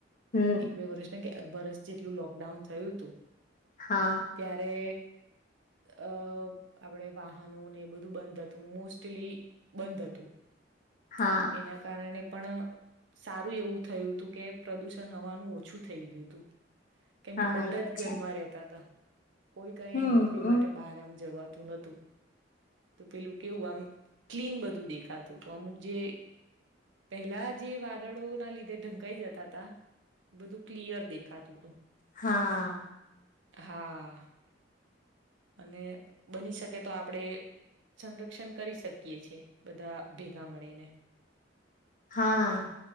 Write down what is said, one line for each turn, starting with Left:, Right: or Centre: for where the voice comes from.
Left: હમ
Right: એક બે વરસ ને એક વર્સ જેટલું લોકડાઉન થયું હતું
Left: હા
Right: ત્યારે અ આપણેે વાહનો ને એ બધું બંધ હતું મોસ્ટલી બંધ હતું
Left: હા
Right: એના કારણે પણ સારું એવું થયું હતું કે પ્રદુષણ હવાનું ઓછું થઈ ગયું હતું કેમ
Left: હા
Right: કે બધા
Left: એ તો
Right: જ ઘરમાં
Left: છે
Right: રતા હતા કોઈ કઈ
Left: હમ.
Right: નોકરી માટે બહાર આમ જવા નતુ તો પેલું કેવું આમ ક્લીન બધું દેખાતું હતું અમુક જે પહેલા જે વાદળો ના લીધે ઢંકાઈ જતા ત બધું ક્લિયર દેખાતું હતું
Left: હા
Right: હા અને બની શકે તો આપણે સંરક્ષણ કરી શકીએ છે બધા ભેગા મળીને
Left: હા